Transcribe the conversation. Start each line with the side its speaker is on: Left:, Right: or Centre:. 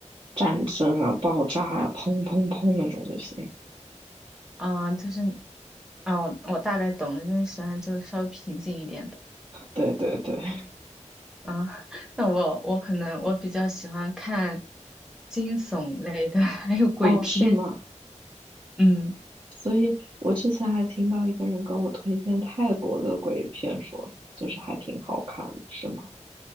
Right: 战争啊、爆炸呀、砰砰砰那种就行。
Centre: 啊，就是啊，我我大概懂了，因为喜欢就稍微平静一点的。
Right: 对对对。
Centre: 啊，那我我可能我比较喜欢看惊悚类的，<laughs> 还有鬼片。
Right: 哦，是吗？
Centre: 嗯，
Right: 所以我之前还听到一个人跟我推荐泰国的鬼片说，就是还挺好看的，是吗？